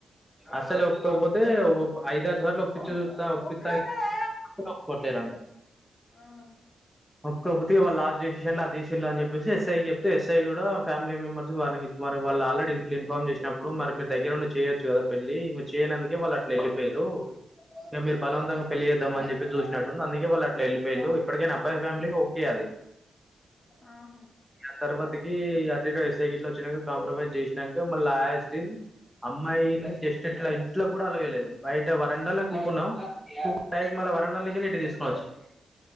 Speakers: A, in the centre; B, on the left.
A: అసల ఒప్పుకపోతే ఐదారు సార్లు ఒప్పిచేసి వస్తా ఒప్పిత్తా
B: బొక్కలైతదే
A: ఒప్పుకోట్లేరంట
B: ఆహా
A: కాపోతే వాళ్ళ లాస్ట్ డిసిషన్లా దీసర్లు అని చెప్పేసి ఎస్ఐ చెప్తే ఎస్ఐ కూడా ఫ్యామిలీ మెంబర్స్ వార్నింగ్ ఇచ్చి మరి వాళ్ళు ఆలడీ ఇంట్లో ఇన్ఫామ్ చేసినప్పుడు మరి మీ దగ్గర ఉండి చేయదు చ్చు కదా పెళ్ళి మీరు చేయనందుకే వాళ్ళు అట్లా వెళ్ళిపోయారు ఇక మీరు బలవంతంగా పెళ్లి చేేద్దం అని చెప్పి చూసినట్టు ఉంది అందుకే వాళ్ళు అట్ల వెళ్ళపోయిళ్ళు ఇప్పటికైన అబ్బాయి ఫ్యామిలీకి ఒకే అది
B: ఆహ
A: ఆ తర్వాతకి అ ఎస్ఐ గిట్ల వచ్చినాక కాంప్రమైజ్ చేసినాక మళ్ళ లాస్ట్ కి అమ్మాయిని జస్ట్ ఇట్లా ఇంట్లో కూడా ఎలోవేయలేదు బయట వరడాల కూకున్నాం కూక్ డైట్ మళ్ళ వరండ లో కెళ్ళి ఇంటిని కి తీసుకోచ్చినం